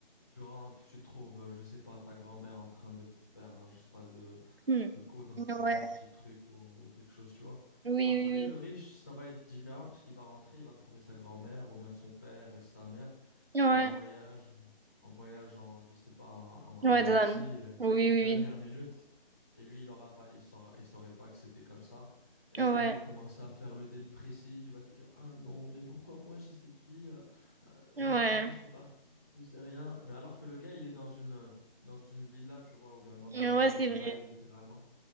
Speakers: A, on the left; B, on the right.
A: Tu rentres, tu trouves, euh, je sais pas, ta grand-mère en train de faire, euh, je sais pas, de,
B: Hmm.
A: de coudre
B: Ouais,
A: un petit truc ou, ou quelque chose, tu vois.
B: oui,
A: Après,
B: oui,
A: le riche, ça va être différent parce qu'il va rentrer, il va trouver sa grand-mère ou bien son père et sa mère
B: oui. Ouais,
A: en voyage, en voyage en, je sais pas, en, en
B: ouais,
A: Haïti,
B: Dan.
A: euh,
B: Oui,
A: de
B: oui,
A: dernière minute. Et lui, il aura pas, il saura, il saurait pas que c'était comme ça. Et
B: oui. Ouais,
A: puis, il va commencer à faire le dépressif. Il va te dire, Ah non, mais pourquoi moi j'ai cette vie? euh, euh,
B: ouais,
A: mes parents, ils sont partis, je sais rien. Mais alors que le gars, il est dans une, dans une villa, tu vois, ou bien dans
B: ouais,
A: un, dans
B: c'est
A: un
B: vrai.
A: palais, littéralement.